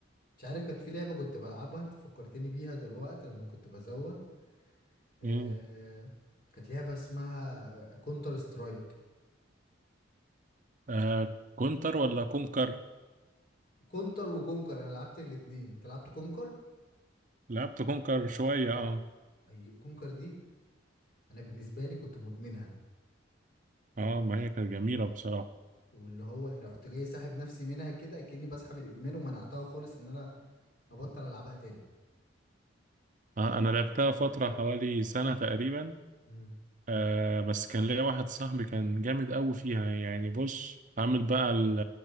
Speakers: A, on the left; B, on the right.
A: مش عارف كانت في لعبة كنت بلعبها انت فكرتني بيها دلوقتي لما كنت بزوغ آه...
B: مم.
A: كانت لعبة اسمها كونتر سترايك
B: آه كونتر ولا كونكر
A: كونتر وكونكر انا لعبت الاتنين انت لعبت كونكر
B: لعبت كونكر شوية اه
A: ايوه كونكر دي انا بالنسبه لي كنت مدمنها
B: اه ما هي كانت جميلة بصراحة
A: واللي هو رحت جاي ساحب نفسي منها كده كأني بسحب الادمان ومنعتها خالص ان انا ابطل العبها تاني
B: آه أنا لعبتها فترة حوالي سنة تقريبا
A: امم
B: آه بس كان ليا واحد صاحبي كان جامد أوي فيها يعني بص عامل بقى ال-